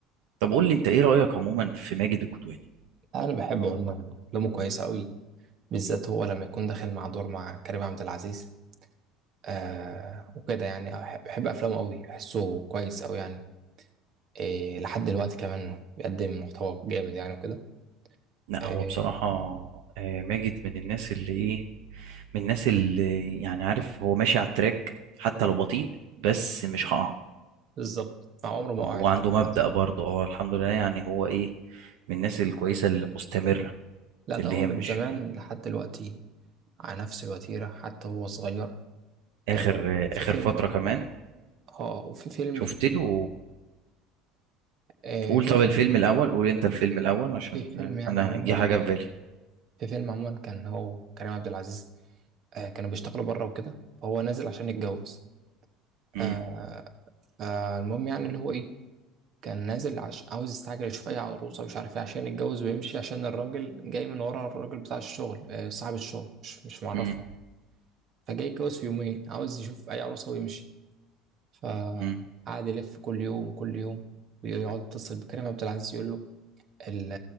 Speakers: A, on the right; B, on the right.
A: طب قول لي انت ايه رأيك عموما في ماجد الكدواني
B: انا بحب عموما افلامه كويسه قوي بالذات هو لما يكون داخل مع دور مع كريم عبد العزيز آه
A: مم.
B: وكده يعني أح- بحب افلامه قوي بحسه كويس قوي يعني إيه لحد دلوقتي كمان بيقدم محتوى جامد يعني وكده
A: لا
B: إيه
A: هو بصراحة آه، ماجد من الناس اللي ايه من الناس اللي يعني عارف هو ماشي على التراك حتى لو بطيء بس مش هقع
B: بالظبط مع عمره ما
A: هو
B: وقع لحد
A: عنده
B: دلوقتي
A: مبدأ برضه اه الحمد لله يعني هو ايه من الناس الكويسة اللي مستمرة
B: لا ده
A: اللي
B: هو
A: هي
B: من
A: مش
B: زمان لحد دلوقتي على نفس الوتيره حتى هو صغير
A: اخر
B: كان برضه
A: آه،
B: في
A: اخر
B: فيلم
A: فترة كمان
B: اه وفي فيلم
A: شفت له
B: آه،
A: قول
B: في
A: طب
B: في
A: الفيلم الاول قول انت الفيلم الاول عشان
B: في فيلم
A: آه،
B: يعني
A: انا
B: عموما
A: جه حاجة في بالي
B: في فيلم عموما كان هو كريم عبد العزيز آه، كانوا بيشتغلوا بره وكده فهو نازل عشان يتجوز
A: مم.
B: آه، فالمهم يعني اللي هو ايه كان نازل عش... عاوز يستعجل يشوف اي عروسه مش عارف ايه عشان يتجوز ويمشي عشان الراجل جاي من ورا الراجل بتاع الشغل آه، صاحب الشغل مش مش معرفه
A: مم.
B: فجاي يتجوز في يومين عاوز يشوف اي عروسه ويمشي فقعد
A: مم.
B: يلف كل يوم كل يوم ويقعد يتصل بكريم عبد العزيز يقول له ال-